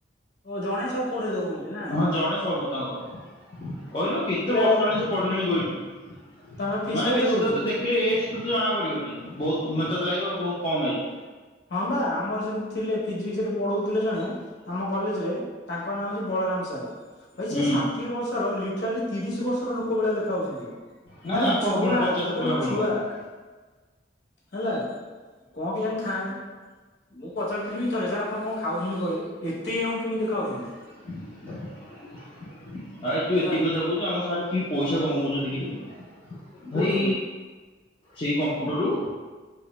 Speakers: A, on the left; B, on the left.
A: ଓ ଜଣେ ସବୁ ପଢେଇ ଦଉଛନ୍ତି ନା?
B: ହଁ ଜଣେ ସବୁ ତାଙ୍କର। କହିଲୁ କେତେ
A: ବୋଲେ
B: ବର୍ଷ ହେଲାଣି ସେପଢ଼ିଲେନି କହିଲୁ
A: ତାଙ୍କର ଫିସ୍
B: ମାନେ
A: କେତେ
B: ବେଶୀ
A: ରହୁଛି?
B: ତତେ ଦେ କିଲେ ଏଜ୍ ତତେ ଜଣା ପଡ଼ିବନି ବହୁତ୍ ମନେ ତତେ ଲାଗିବ ବହୁତ୍ କମ୍ ଏଜ୍
A: ହଁ ବା ଆମର ସେମିତି ଥିଲେ ଫିଜିକ୍ସରେ ପଢଉଥିଲେ ଜଣେ ଆମ କଲେଜରେ ତା ତାଙ୍କ ନାଁ ହେଉଚି ବଳରାମ ସାର୍ ଭାଇ ସେ
B: ହୁଁ
A: ଷାଠିଏ ବର୍ଷର ଲିଟାଲି ତିରିଶ ବର୍ଷର ଲୋକ ଭଳିଆ ଦେଖା ହାଉଚନ୍ତି।
B: ନା
A: ମାନେ
B: ଆଙ୍କୁ
A: ଛୁଆ
B: ହବଣି ପଚାଶ
A: ଟୋଟାଲି
B: ଉପରେ ହବଣି
A: ଛୁଆ।
B: ବୋଧେ ହୁଁ।
A: ହେଲା କଁ କେଜାଣିି ଖାଆନ୍ତି ମୁଁ ପଚାରି ଥିଲିବି ଥରେ ସାର୍ ଆପଣ କଁ ଖାଉଚନ୍ତି କହିଲେ ଏତେ ୟଙ୍ଗ କେମିତି ଦେଖାହୋଉଚନ୍ତି
B: <inaudible> ଭାଇ ତୁ
A: ହେଲା
B: ଏତିକି କଥା କହୁଚୁ ଆମ ସାର୍ କି ପଇସା କମଉଚନ୍ତି କିରେ ଭାଇ
A: କୋଉଥିରୁ
B: ସେଇ କମ୍ପ୍ୟୁଟରରୁ।